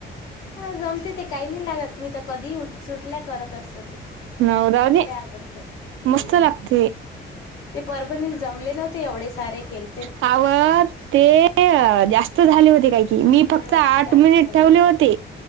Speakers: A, on the left; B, on the right.
A: हा जमते ते काही नाही लागत, मी तर कधी सुटल्या करत असत ते.
B: नव रावे
A: मला लय आवडते हम्म
B: मस्तलगत.
A: ते परभणील जमले नव्हते एवढे सारे केले.
B: हव ते जास्त झाले होते काही. मी
A: हम्म
B: फक्त आठ
A: जास्त
B: मिनिट
A: झालं.
B: ठेवले होते.